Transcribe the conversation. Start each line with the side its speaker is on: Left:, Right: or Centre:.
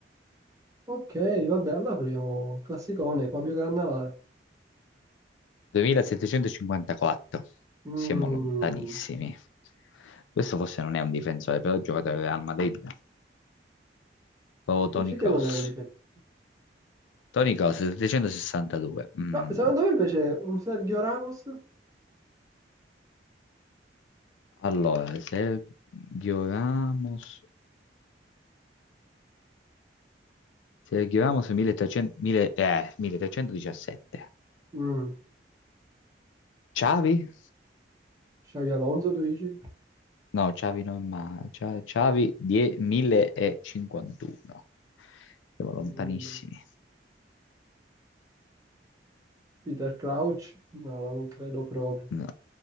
Right: Ok, vabbè, allora proviamo classicone, Fabio Cannavale.
Left: 2754.
Right: Mm,
Left: Siamo lontanissimi. Questo forse non è un difensore, però è un giocatore del Real Madrid. Proprio
Right: dici
Left: Toni Kroos.
Right: che non è un difetto.
Left: Toni Kroos, 762. Mm.
Right: Ma secondo me invece un Sergio Ramos,
Left: Allora, Sergio Ramos... Sergio Ramos 1300, 1000 eh, 1317.
Right: mm,
Left: Xavi?
Right: Xavi Alonso, tu dici?
Left: No, Xavi non ma Xavi Xavi die- 1051. Siamo lontanissimi.
Right: Mm, Peter Crouch? No, non credo proprio.
Left: No.